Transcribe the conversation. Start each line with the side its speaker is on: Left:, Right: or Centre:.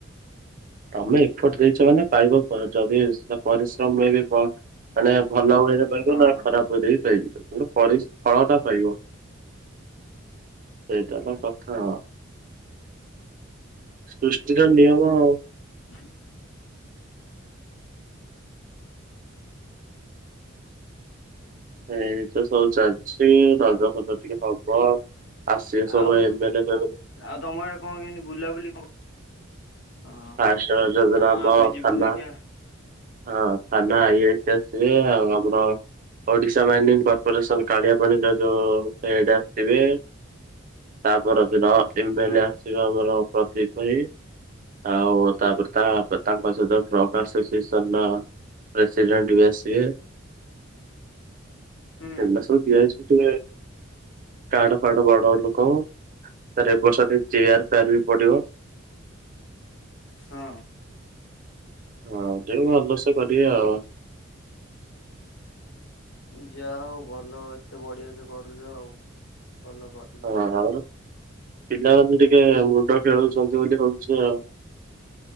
Right: ତମେ ଏଫର୍ଟ ଦେଇଛ ମାନେ ପାଇବ ପରେ ଯଦି ସେଟା ପରିଶ୍ରମ ମେ ବି ମାନେ ଭଲ ହୁଏ ସେପାଇଁ କହୁଚି
Left: ହଁ
Right: ନାଁ ଖରାପ ୱେରେବୀ ବି ପାଇଜିବ କିନ୍ତୁ ପରିଶ୍ ଫଳ ଟା ପାଇବ। ସେଇଟା ହେଲା କଥା ଆଉ ସୃଷ୍ଟିର ନିୟମ ଆଉ।
Left: ହୁ।
Right: ଏଇତ ସବୁ ଚାଲିଛି
Left: ହଁ
Right: ରଜ ଫଜ ଟିକେ ହବ। ଆସିବେ ସବୁ
Left: ଆଉ
Right: <inaudible>
Left: ଆଉ ତମର ଆଡେ କଣ କେମିତି ବୁଲାବୁଲି କଣ ହଁ
Right: ଫାଷ୍ଟ ରଜ ଦିନ
Left: ହଁ
Right: ଆମ
Left: ଆମେ ଯିବୁ
Right: ଥାନା
Left: ଦେଖିଆ
Right: ହଁ ଥାନା ଆଇ ଆଇ ସି ଆସିବେ ଆଉ ଆମର ଓଡିଶା ମାଇନିଂ କର୍ପୋରେସନ କାଳିଆ ପାଣିର ଯୋଉ ଏଇ ଟା ଆସିବେ। ତାପର ଦିନ ଏମ୍ ଏ
Left: ହଁ
Right: ଲେ ଆସିବେ ଆମର ପ୍ରଦୀପ। ଆଉ ତାପରେ ତା ତାଙ୍କ ସହିତ ଟ୍ରକ ଆସୋସିଏସ ସେନ ପ୍ରେସିଡେଣ୍ଟ ବି ଆସିବେ। <unintelligible>
Left: ହୁଁ
Right: କାଡ଼ ଫାଡ ବଡ ଲୋକ ତାରେ ଏ ବର୍ଷ ଟିକେ ଚେୟାର ଫେୟାର ବି ପଡିବ।
Left: ହୁଁ।
Right: ହଁ ଟିକେ ଭଲସେ କରିବା ଆଉ।
Left: ଯାହା ହଉ ଭଲ ଏତେ ବଢିଆ ସେ କରୁଛ ଆଉ ଭଲ କର।
Right: ହଁ ଆମର ପିଲାମାନେ ଟିକେ ମୁଣ୍ଡ ଖେଳଉଛନ୍ତି ବୋଲି ହଉଛି ଆଉ।